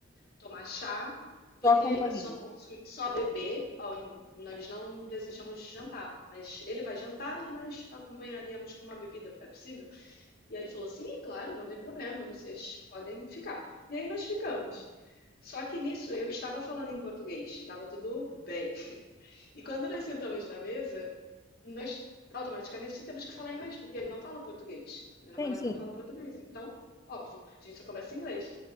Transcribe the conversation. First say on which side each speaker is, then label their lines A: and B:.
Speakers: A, on the left (about 55°); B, on the left (about 15°).
A: tomar chá, poderia
B: Só acompanhando.
A: só consumir, só beber, ao inv- nós não desejamos jantar, mas ele vai jantar e nós acompanharíamos com uma bebida, é possível? E aí ele falou, sim, claro, não tem problema, vocês podem ficar. E aí nós ficamos. Só que nisso eu estava falando em português, estava tudo bem. E quando nós sentamos na mesa, nós automaticamente temos que falar inglês, porque ele não fala português. Meu namorado
B: Sim, sim.
A: não fala português, então, óbvio, a gente só conversa em inglês.